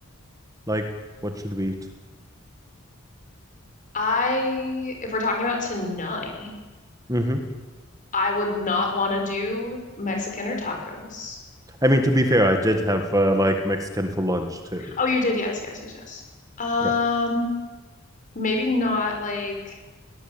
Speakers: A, on the right; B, on the left.
A: like, what should we eat?
B: I, if we're talking about tonight,
A: hmm
B: I would not want to do Mexican or tacos.
A: I mean, to be fair, I did have uh, like Mexican for lunch too.
B: Oh, you did. Yes, yes, yes, yes. Um,
A: Yeah.
B: maybe not like